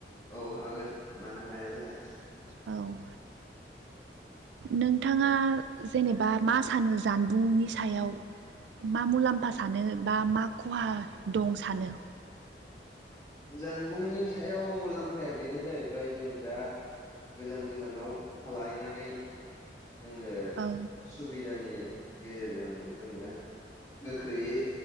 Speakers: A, on the left; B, on the right.
A: औ हागोन मानो हाया जानो।
B: औ। नोंथाङा जेनेबा मा सानो जानबुंनि सायाव। मा मुलाम्फा सानो बा मा खहा दं सानो?
A: जानबुंनि सायाव मुलाम्फाया बेनो जाहैबाय जों दा गोजान गोजानाव थालायनानै जोङो
B: औ
A: सुबिदानि गेजेरजों जोङो गोख्रैयै